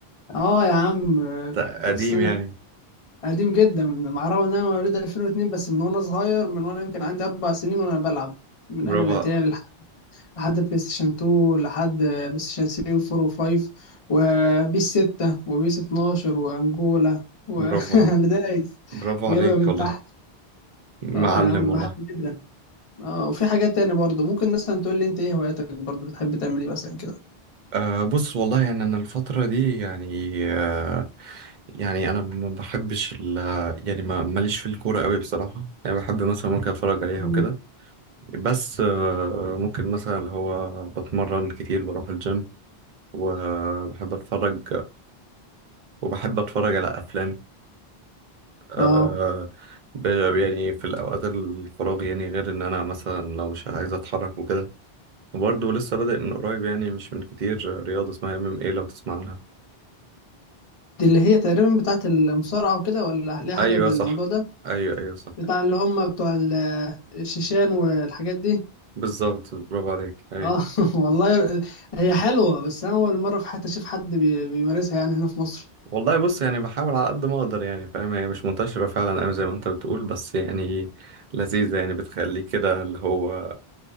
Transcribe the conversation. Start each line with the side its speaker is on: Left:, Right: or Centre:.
Left: اه يا عم
Right: ده
Left: بص
Right: قديم يعني
Left: قديم جدا مع الرغم ان انا مواليد 2002 بس من وانا صغير من وانا يمكن عندي اربع سنين وانا بلعب من
Right: برافو
Left: ايام الاتاري لح- لحد بلاي ستيشن 2 لحد بلاي ستيشن 3 و4 و5 وبيس 6 وبيس 12 وانجولا وانا
Right: برافو
Left: <laughs> دايس
Right: برافو
Left: جايبها
Right: عليك
Left: من
Right: والله
Left: تحت
Right: معلم
Left: اه يا عم
Right: والله
Left: بحب جدا اه وفي حاجات تانية برضه ممكن مثلا تقول لي انت ايه هواياتك برضه بتحب تعمل ايه مثلا كده
Right: أه بص والله يعني أنا الفترة دي يعني آه، يعني انا ما بحبش ال يعني ما ماليش في الكوره قوي بصراحه يعني بحب مثلا ممكن اتفرج عليها
Left: مم.
Right: وكده بس آه، ممكن مثلا اللي هو بتمرن كتير بروح الجيم وبحب اتفرج وبحب اتفرج على افلام آه،
Left: اه
Right: ب- يعني في الاوقات الفراغ يعني غير ان انا مثلا لو مش عايز اتحرك وكده وبرضه لسه بادئ من قريب يعني مش من كتير رياضه اسمها ام ام ايه لو تسمع عنها
Left: دي اللي هي تقريبا بتاعت المصارعة وكده ولا ليها حاجة
Right: ايوه
Left: بالموضوع
Right: صح
Left: ده
Right: ايوه ايوه صح
Left: بتاع اللي هم بتوع ال- الشيشان والحاجات دي
Right: بالظبط برافو عليك ايوه
Left: اه <laughs> والله هي حلوة بس أنا أول مرة في حياتي أشوف حد بي- بيمارسها يعني هنا في مصر
Right: والله بص يعني بحاول على قد ما اقدر يعني فاهم هي مش منتشرة فعلا قوي زي ما انت بتقول بس يعني لذيذة يعني بتخليك كده اللي هو